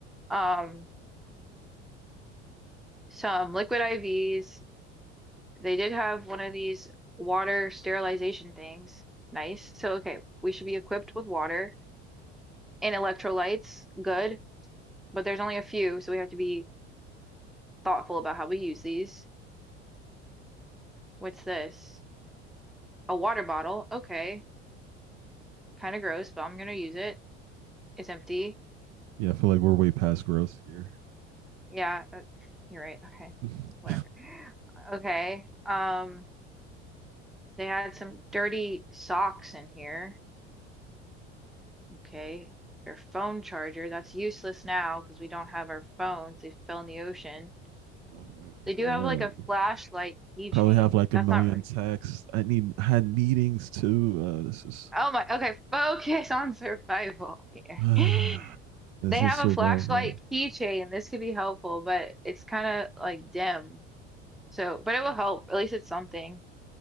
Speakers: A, in the centre; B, on the right.
A: Um, some liquid IVs, They did have one of these water sterilization things. Nice. So, okay, we should be equipped with water and electrolytes. Good. But there's only a few, so we have to be thoughtful about how we use these. What's this? A water bottle. Okay. Kind of gross, but I'm gonna use it. It's empty.
B: Yeah, I feel like we're way past gross here.
A: Yeah, uh, you're right. Okay.
B: <laughs>
A: Whatever. Okay. Um, they had some dirty socks in here. Okay. Your phone charger, that's useless now because we don't have our phones. They fell in the ocean.
B: Oh my
A: They
B: phone.
A: do have like a flashlight keychain.
B: Probably have like a
A: That's
B: million
A: not really.
B: texts. I need I had meetings too. Uh, this is
A: Oh my. Okay, focus on survival here.
B: <sighs> uh,
A: <laughs>
B: this
A: They
B: is
A: have a
B: survival.
A: flashlight keychain. This could be helpful, but it's kind of like dim. So, but it will help. At least it's something.